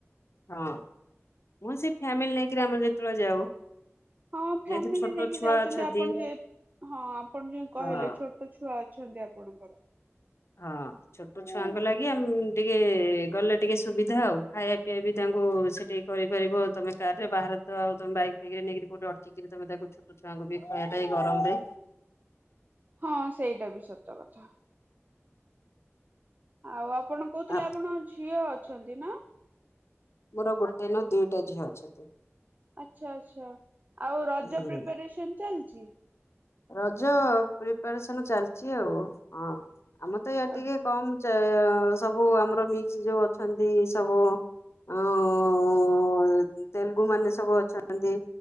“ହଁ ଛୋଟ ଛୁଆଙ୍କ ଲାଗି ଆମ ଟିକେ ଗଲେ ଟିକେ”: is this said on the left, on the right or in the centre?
Left